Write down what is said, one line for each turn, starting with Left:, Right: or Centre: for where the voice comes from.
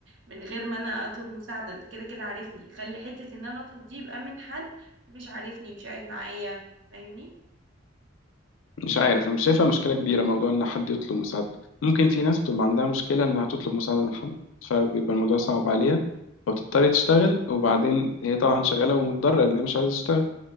Right: من غير ما انا اطلب مساعده انت كده كده عارفني خلي حته ان انا اطلب دي يبقى من حد مش عارفني مش قاعد معايا فاهمني
Left: مش عارف أنا مش شايفها مشكله كبيره موضوع ان حد يطلب مساعده ممكن في ناس بتبقى عندها مشكله انها تطلب مساعده من حد فبيبقى الموضوع صعب عليها او تضطر تشتغل وبعدين هي طبعا شغاله ومتضرره لان هي مش عايزه تشتغل